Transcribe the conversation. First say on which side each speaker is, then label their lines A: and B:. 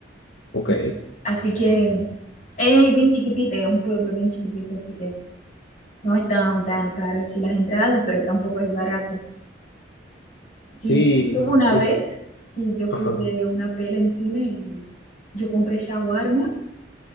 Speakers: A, on the left; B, on the left.
A: Ok.
B: y- así que es bien chiquitito, es un pueblo bien chiquitito, así que No están tan caras sí, las entradas, pero tampoco es barato.
A: Sí,
B: Sí, tuve una
A: es.
B: vez que yo fui
A: Ajá.
B: de una peli en cine y yo compré shawarma.